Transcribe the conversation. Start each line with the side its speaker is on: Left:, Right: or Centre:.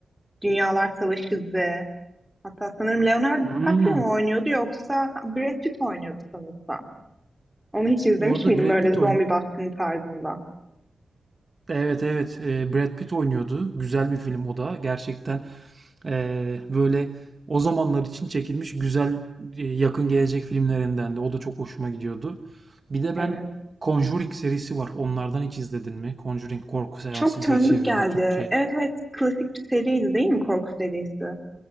Centre: Dünyalar Savaşı Z. Hatta sanırım Leonardo
Right: Hmm,
Centre: DiCaprio mu oynuyordu yoksa Brad Pitt oynuyordu sanırsam. Onu hiç izlemiş
Right: orada
Centre: miydin
Right: Brad
Centre: böyle
Right: Pitt
Centre: zombi
Right: oyun.
Centre: baskını tarzında?
Right: Evet evet. e, Brad Pitt oynuyordu. Güzel bir film o da. Gerçekten e, böyle o zamanlar için çekilmiş güzel e, yakın gelecek filmlerinden de. O da çok hoşuma gidiyordu. Bir de ben
Centre: Evet.
Right: Conjuring serisi var. Onlardan hiç izledin mi? Conjuring korku seansı
Centre: Çok tanıdık
Right: diye çevrildi
Centre: geldi.
Right: Türkçe'ye.
Centre: Evet evet klasik bir seriydi değil mi korku serisi?